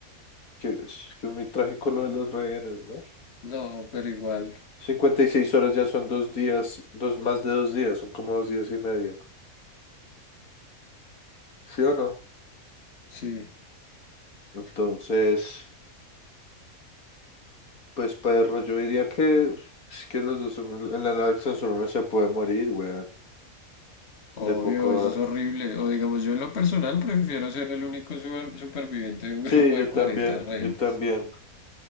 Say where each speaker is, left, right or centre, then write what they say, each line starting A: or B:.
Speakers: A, on the left; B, on the left.
A: Que es, que es muy trágico lo de los rehenes, ¿no?
B: No, pero igual.
A: 56 horas ya son dos días, dos, más de dos días, son como dos días y medio. ¿Sí o no?
B: Sí,
A: Entonces. Pues perro, yo diría que uf, es que los dos en la Larson solo uno se puede morir, weón.
B: obvio,
A: De poco
B: eso
A: a-
B: es horrible. O digamos, yo en lo personal prefiero ser el único super- superviviente de un
A: Sí,
B: grupo
A: yo
B: de
A: también,
B: 40 rehenes.
A: yo también.